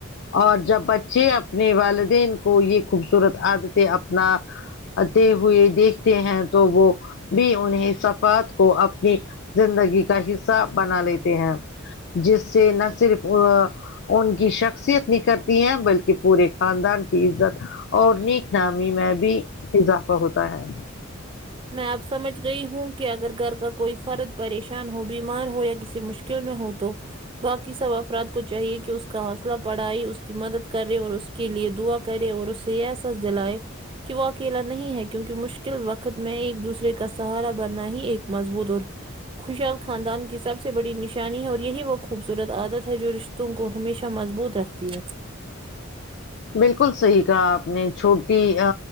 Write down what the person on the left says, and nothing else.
اور جب بچ ے اپنے والدین کو یہ خوبصورت عادتیں اپنا تے ہوئے دیکھتے ہیں تو وہ بھی انہیں صفات کو اپنی زندگی کا حصہ بنا لیتے ہیں جس سے نہ صرف ان کی شخصیت نہیں کرتی ہے بل کہ پورے خاندان کی عزت اور نیک نامی میں بھی اضافہ ہوتا ہے
بالکل صحیح کہا آپ نے چھوٹی ا